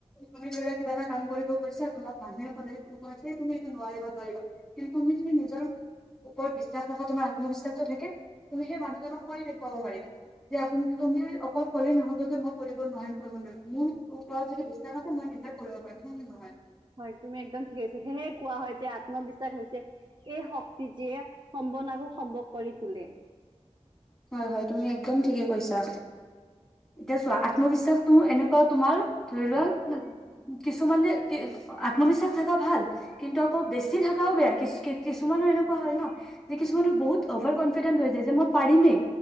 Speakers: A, in the centre; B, on the right (about 40°).
A: তুমি ধৰি লোৱা কিবা এটা কাম কৰিব গৈছা তোমাক মানুহে ক'লে যে তুমি এইটো নোৱাৰিবা নোৱাৰিবা। কিন্তু তুমি যে নিজৰ ওপৰত বিশ্বাস ৰখা তোমাৰ আত্মবিশ্বাসটো থাকে তুমি সেই মানুহজনক কৰি দেখুৱাব পাৰিবা। যে আপুনি তুমি অকল ক'লে নহব যে মই কৰিব নোৱাৰিম কৰিব নোৱাৰিম মোৰ ওপৰত যদি বিশ্ব তেওঁৰ মতে মই নিজে কৰিব পাৰিম হয় নে নহয়।
B: হয় তুমি একদম ঠিকে কৈছা সেয়েহে কোৱা হয় যে আত্মবিশ্বাস হৈছে সেই শক্তি যিয়ে সম্বন আৰু সম্ভৱ কৰি তোলে।
A: হয় হয় তুমি একদম ঠিকে কৈছা। এতিয়া চোৱা
B: হয়
A: আত্মবিশ্বাস তোএনেকুৱা তোমাৰ ধৰি লোৱা কিছুমানে কি আত্মবিশ্বাস থকা ভাল। কিন্তু আকৌ বেছি থাকাও বেয়া কিছ কিছুমানৰ এনেকুৱা হয় ন যে কিছুমানৰ বহুত অভাৰ কনফি কনফিডেণ্ট হৈ যায় যে মই পাৰিমে